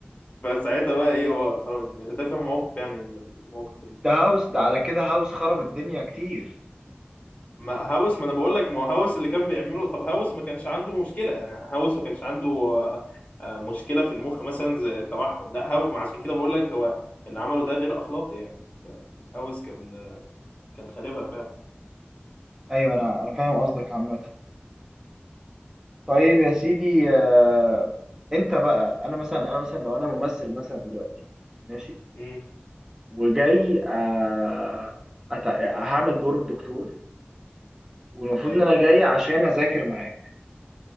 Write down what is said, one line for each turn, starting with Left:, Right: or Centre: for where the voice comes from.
Left: فساعتها بقى ايه هو خرب الدنيا. ده كان موقف يعني من المواقف
Right: ده هاوس ده على كده هاوس خرب الدنيا كتير
Left: ما هاوس ما انا بقول لك ما هو هاوس اللي كان بيعمله طب هاوس ما كانش عنده مشكله يعني هاوس ما كانش عنده آه، آه، مشكله في المخ مثلا زي التوحد لا هاوس ما عشان كده بقول لك هو اللي عمله ده غير اخلاقي يعني ف- هاوس كان آه، كان خاربها فعلا
Right: ايوه انا انا فاهم قصدك عامة طيب يا سيدي آه، انت بقى انا مثلا انا مثلا لو انا ممثل مثلا دلوقتي ماشي
Left: امم
Right: وجاي آه، أت... هعمل دور الدكتور والمفروض
Left: ايوه
Right: ان انا جاي عشان اذاكر معاك